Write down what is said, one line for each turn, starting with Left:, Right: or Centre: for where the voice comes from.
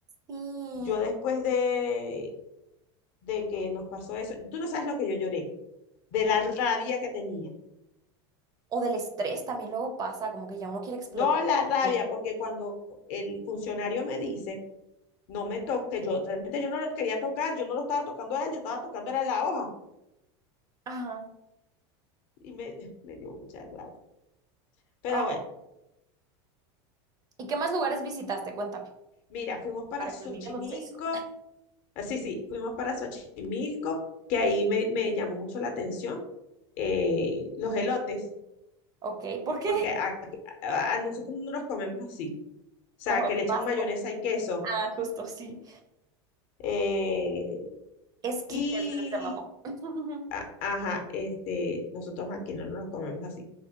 Right: Sí.
Left: Yo después de, de que nos pasó eso, tú no sabes lo que yo lloré, de la rabia que tenía.
Right: O del estrés también luego pasa, como que ya uno quiere explotar.
Left: No la rabia,
Right: No.
Left: porque cuando el funcionario me dice, no me toque, yo realmente yo no lo quería tocar, yo no lo estaba tocando a él, yo estaba tocando era la hoja.
Right: Ajá.
Left: y me, <laughs> me dio mucha rabia. Pero
Right: Ah,
Left: bueno,
Right: ¿Y qué más lugares visitaste? Cuéntame,
Left: mira, fuimos para
Right: para
Left: Xochimilco,
Right: que olvidemos eso.
Left: ah, sí, sí, fuimos para Xochimilco, que ahí me, me llamó mucho la atención eh, los elotes,
Right: Ok, ¿por qué?
Left: porque a, a- a nosotros no los comemos así, o sea,
Right: Como el
Left: que le echan
Right: más.
Left: mayonesa y queso.
Right: Ah, justo, sí.
Left: eh,
Right: Esquites
Left: y,
Right: les llamamos. <laughs>
Left: a- ajá, este, nosotros aquí no nos los comemos así,